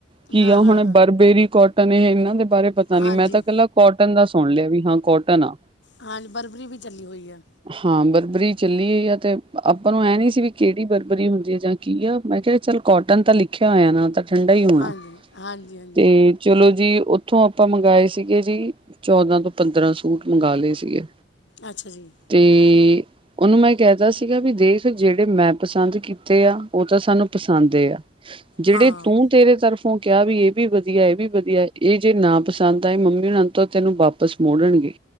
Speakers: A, on the right; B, on the left.
A: ਕੀ
B: ਹਾਂ
A: ਆ
B: ਹਾਂ
A: ਹੁਣ
B: ਹਾਂ
A: ਬਰਬੇਰੀ ਕੋਟਨ ਏ ਏਨਾਂ ਦੇ ਬਾਰੇ ਪਤਾ
B: ਹਾਂਜੀ
A: ਨੀ ਮੈਂ ਤਾਂ ਕੱਲਾ ਕੌਟਨ ਦਾ ਸੁਣ ਲੇਆ ਵੀ ਹਾਂ ਕੌਟਨ ਆ।
B: ਹਾਂ ਜੀ ਬਰਬਰੀ ਵੀ ਚੱਲੀ ਹੋਈ ਆ।
A: ਹਾਂ ਬਰਬਰੀ ਚੱਲੀ ਏ ਜਾਂ ਤੇ, ਆਪਾਂ ਨੂੰ ਐ ਨੀ ਸੀ ਵੀ ਕੇੜੀ ਬਰਬਰੀ ਹੁੰਦੀ ਹੈ ਜਾਂ ਕੀ ਆ ਮੈਂ ਕੇਆ ਚੱਲ ਕੌਟਨ ਤਾਂ ਲੀਖੇਆ ਹੋਏਆ ਨਾ ਤਾਂ ਠੰਡਾ ਹੀ ਹੋਣਾ,
B: ਹਾਂਜੀ ਹਾਂਜੀ ਹਾਂਜੀ
A: ਤੇ ਚਲੋ ਜੀ ਉੱਥੋਂ ਆਪਾਂ ਮੰਗਵਾਏ ਸੀਗੇ ਜੀ ਚੌਦਾਂ ਤੋਂ ਪੰਦਰਾਂ ਸੂਟ ਮੰਗਵਾ ਲਏ ਸੀਗੇ
B: ਅੱਛਾ ਜੀ।
A: ਤੇ ਓਨੂੰ ਮੈਂ ਕੈ ਤਾ ਸੀਗਾ ਵੀ ਦੇਖ ਜੇੜੇ ਮੈਂ ਪਸੰਦ ਕੀਤੇ ਆ, ਓ ਤਾਂ ਸਾਨੂੰ ਪਸੰਦੇ ਆ। ਜੇੜੇ
B: ਹਾਂ
A: ਤੂੰ ਤੇਰੇ ਤਰਫ ਤੂੰ ਕੇਆ ਵੀ ਏ ਵੀ ਵਧੀਆ ਏ ਵੀ ਵਧੀਆ ਏ ਜੇ ਨਾ ਪਸੰਦ ਆਏ ਮੰਮੀ ਹੋ ਤੋਂ ਤੈਨੂੰ ਵਾਪਿਸ ਮੋੜਨਗੇ।